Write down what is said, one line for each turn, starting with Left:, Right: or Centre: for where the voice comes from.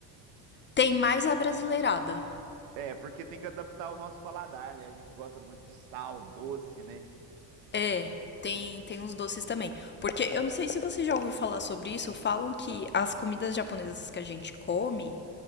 Left: Tem mais a brasileirada.
Right: É, porque tem que adaptar o nosso paladar, né? A gente gosta muito de sal, doce, né?
Left: É, tem, tem uns doces também. Porque eu não sei se você já ouviu falar sobre isso, falam que as comidas japonesas que a gente come,